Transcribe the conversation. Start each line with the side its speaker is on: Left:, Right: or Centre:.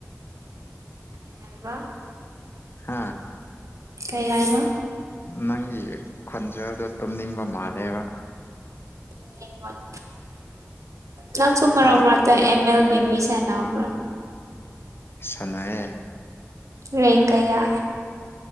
Right: ꯀꯔꯤ ꯍꯥꯏꯕ
Left: ꯍꯥꯥ
Right: ꯀꯩ ꯍꯥꯏꯕ
Left: ꯅꯪꯒꯤ ꯈꯣꯟꯖꯦꯜꯗꯣ ꯇꯨꯝꯅꯤꯡꯕ ꯃꯥꯜꯂꯦꯕ
Right: ꯇꯨꯝꯅꯤꯡꯉꯣꯏ ꯅꯪꯁꯨ ꯃꯔꯛ
Left: ꯍꯥ
Right: ꯃꯔꯛ ꯇ ꯑꯦꯝ ꯑꯦꯜ ꯕꯤꯕꯤ ꯁꯦꯅꯕ
Left: ꯁꯅꯩꯌꯦ
Right: ꯔꯦꯡ ꯀꯌꯥ